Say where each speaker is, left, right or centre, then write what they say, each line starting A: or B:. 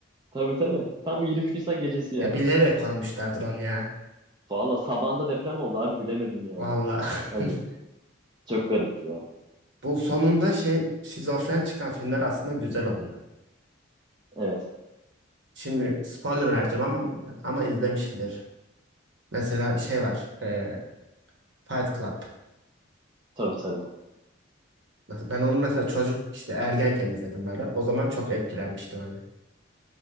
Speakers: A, on the right; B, on the right.
A: Tabii tabii. Tam 23 Nisan gecesi yani.
B: E, bilerek koymuşlardır onu ya.
A: Valla sabahında deprem oldu abi bilemedim yani.
B: Vallahi.
A: Hani
B: <laughs>
A: çok garipti ya.
B: Bu sonunda şey şizofren çıkan filmler aslında güzel oluyor.
A: Evet.
B: Şimdi spoiler vereceğim ama ama izlemişsindir. Mesela şey var. e, Fight Club.
A: Tabii tabii.
B: Ben onu mesela çocuk işte ergenken izledim böyle. O zaman çok etkilenmiştim öyle.